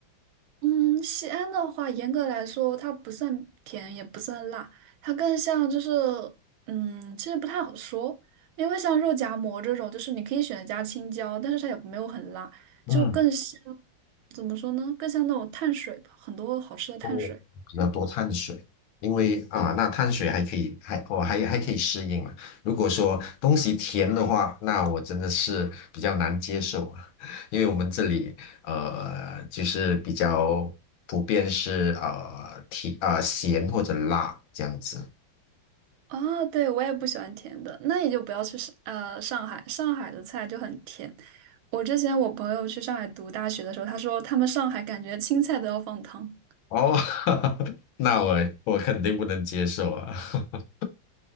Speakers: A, on the right (about 85°); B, on the left (about 80°).
A: <laughs> 嗯，西安的话，严格来说，它不算甜，也不算辣，它更像就是，嗯，其实不太好说，因为像肉夹馍这种，就是你可以选择加青椒，但是它也没有很辣，
B: 嗯。
A: 就更像，怎么说呢？更像那种碳水吧，很多好吃的碳水。
B: 哦，比较多碳水，因为啊，那碳水还可以，还我、还还可以适应嘛。如果说东西甜的话，那我真的是比较难接受，<laughs> 啊。因为我们这里呃，就是比较普遍是呃甜啊、咸或者辣这样子。
A: 啊，对，我也不喜欢甜的，那也就不要去上呃上海，上海的菜就很甜。我之前我朋友去上海读大学的时候，他说他们上海感觉青菜都要放糖。
B: 哦，<laughs> 那我我肯定不能接受啊。<laughs>